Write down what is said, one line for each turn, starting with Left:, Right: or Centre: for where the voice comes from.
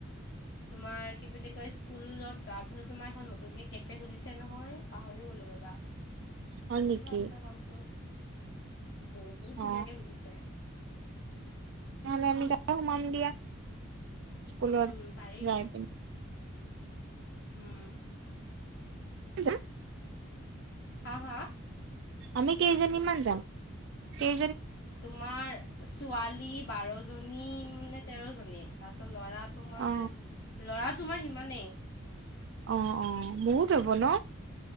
Left: তোমাৰ কি বুলি কয় স্কুলত যোৱা ফালে তোমাৰ এখন নতুনকে কেফে খুলিছে নহয়, পাহৰি লো ৰবা
Right: হয়
Left: কি
Right: নেকি
Left: বা আছিলে নামটো বহুত ধুনীয়াকে
Right: অ
Left: সুধিছে
Right: নহলে আমি তাতে সুমাম দিয়া স্কুলত
Left: উম পাৰি
Right: যাই পিনে।
Left: উম
Right: জা
Left: হা হা
Right: আমি কেইজনী মান যাম? কেই
Left: তোমাৰ ছোৱালী বাৰ জনী নে তেৰ জনী তাছ ল'ৰা তোমাৰ
Right: অ
Left: ল'ৰা তোমাৰ সিমানেই।
Right: অ অ বহুত হব ন?